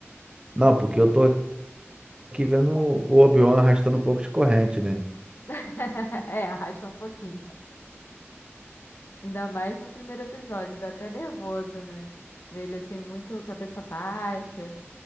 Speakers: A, on the right (about 20°); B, on the left (about 55°).
A: Não, porque eu tô aqui vendo o Obi-Wan arrastando um pouco de corrente, né?
B: <laughs> É, arrasta um pouquinho. Ainda mais no primeiro episódio, dá até nervoso, né? Ver ele assim, muito cabeça baixa,